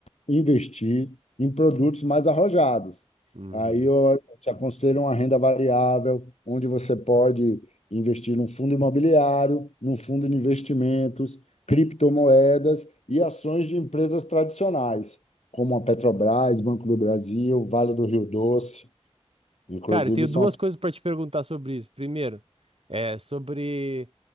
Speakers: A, on the left; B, on the right.
A: investir em produtos mais arrojados.
B: Uhum.
A: Aí eu te aconselho uma renda variável, onde você pode investir num fundo imobiliário, num fundo de investimentos, criptomoedas e ações de empresas tradicionais, como a Petrobras, Banco do Brasil, Vale do Rio Doce. Inclusive,
B: Cara, eu tenho duas
A: são.
B: coisas pra te perguntar sobre isso. Primeiro, é sobre.